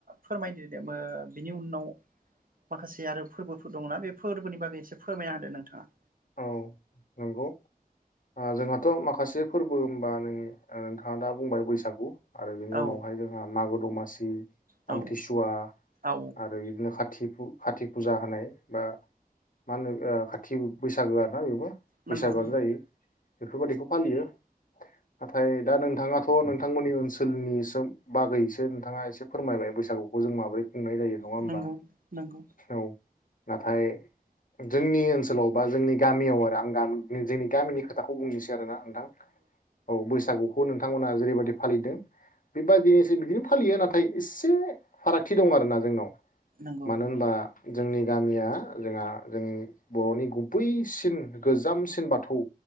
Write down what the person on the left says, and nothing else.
औ नंगौ जोंहाथ' माखासे फोरबो होमबा नों नोंथाङा दा बुंबाय बैसागु आरो बेनि
उनावहाय जोंहा मागो दं दमासि
आमथिसुवा
आरो बिदिनो खाथि खाति फुजा होनाय बा मा होनो ओ खाथि बैसागो आरोना बेबो बैसागुआ
जायो बेफोर बायदिखौ फालियो नाथाय दा नोंथाङाथ' नोंथांमोननि ओनसोलनिसो बागैसो नोंथाङा एसे फोरमायबाय बैसा बैसागुखौ जों माबोरै खुंनाय जायो नङा होमबा
औ नाथाय जोंनि ओनसोल ओनसोलाव बा जोंनि गामियाव आरो आं गामि नि जोंनि गामिनि खोथाखौ बुंनोसै आरो ना नोंथां औ बैसागुखौ नोंथांमोना जेरैबायदि फालिदों बेबादि बिदिनो फालियो नाथाय एसे फारागथि दं आरोना जोंनाव
मानो
होनबा जोंनि गामिया जोंहा जोंनि बर'नि गुबैसिन गोजामसिन बाथौ